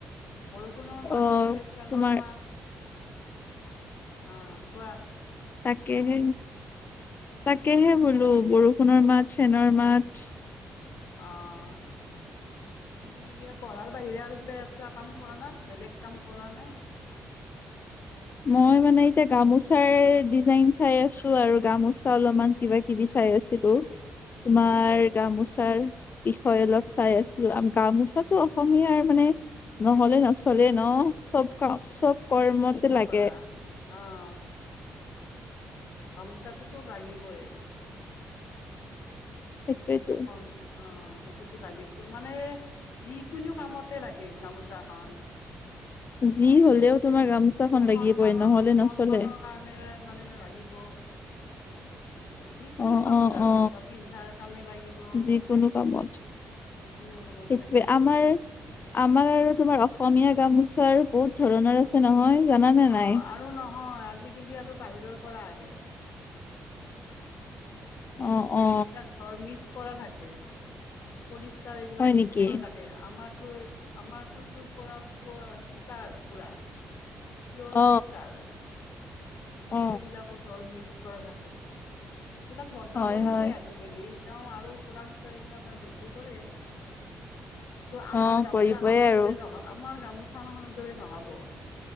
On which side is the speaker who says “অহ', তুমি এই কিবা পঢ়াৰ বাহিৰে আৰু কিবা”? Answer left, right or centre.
Left